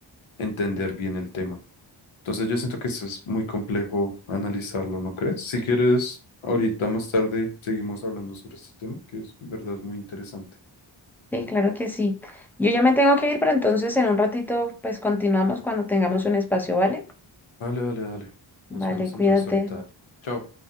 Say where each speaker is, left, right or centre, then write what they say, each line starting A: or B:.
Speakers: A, on the left (about 80°); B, in the centre.
A: entender bien el tema. Entonces yo siento que eso es muy complejo analizarlo, ¿no crees? Si quieres, ahorita más tarde seguimos hablando sobre este tema, que es verdad es muy interesante.
B: Sí, claro que sí. Yo ya me tengo que ir, pero entonces en un ratito, pues continuamos cuando tengamos un espacio, ¿vale?
A: Dale, dale, dale. Nos
B: Vale,
A: vemos
B: cuídate.
A: entonces ahorita. Dani. Chao.